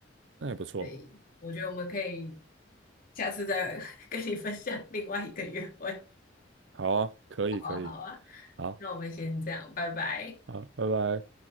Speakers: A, on the right; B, on the left.
A: 那也不错，
B: 所以我觉得我们可以下次再 <laughs> 跟你分享另外一个约会。
A: 好啊，可以可以，
B: 好啊，好啊，
A: 好
B: 那我们先这样，拜拜。
A: 好，拜拜。